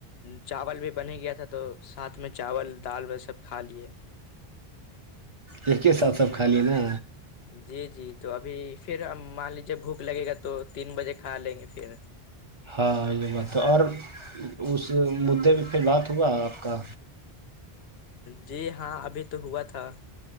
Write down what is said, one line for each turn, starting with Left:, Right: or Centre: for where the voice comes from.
Left: چاول بھی بنے گیا تھا تو ساتھ میں چاول دال و سب کھا لیے
Right: ایک ہی ساتھ سب خالیے نا
Left: جی جی تو ابھی پھر مان لیجے بھوک لگے گا تو تین بجے کھا لیں گے پھر
Right: ہاں یہ بات ہے اور اس مدعے پہ پئی بات ہوا آپ کا
Left: جی ہاں ابھی تو ہوا تھا